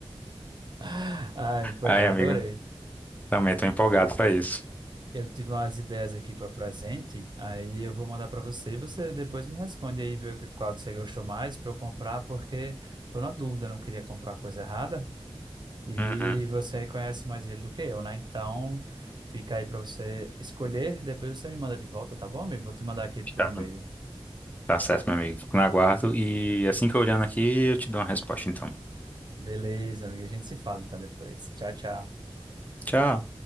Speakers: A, on the right (about 45°); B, on the left (about 15°).
A: <laughs> Ai, pois
B: Aí,
A: já
B: amigo,
A: adorei.
B: também tô empolgado pra isso.
A: Eu tive umas ideias aqui para presente, aí eu vou mandar para você e você depois me responde aí, ver qual que você gostou mais para eu comprar, porque tô na dúvida, não queria comprar coisa errada e
B: Uhum.
A: você conhece mais ele do que eu, né? Então fica aí para você escolher, depois você me manda de volta, tá bom, amigo? Vou te mandar aqui por
B: Tá,
A: e-mail.
B: tá certo, meu amigo. Fico no aguardo e assim que eu olhando aqui, eu te dou uma resposta, então.
A: Beleza, amigo, a gente se fala então depois. Tchau, tchau.
B: Tchau.